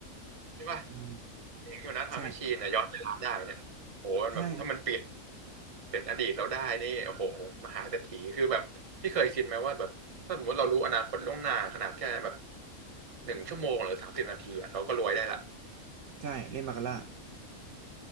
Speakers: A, on the right; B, on the right.
A: <laughs> ใช่ป่ะ
B: อืม
A: เองอยู่นะทม์แมชชีนเนี่ยย้อนเวลาได้เนี่ยโหมันแบบถ้ามันเปลี่ยน
B: ใช่ใช่
A: เปลี่ยนอดีตเราได้นี่โอ้โหมหาเศรษฐีคือแบบพี่เคยคิดไหมว่าแบบถ้าสมมติเรารู้อนาคตล่วงหน้าขนาดแค่แบบหนึ่งชั่วโมงหรือสามสิบนาทีอะเราก็รวยได้ละ
B: ใช่เล่นมาคาร่า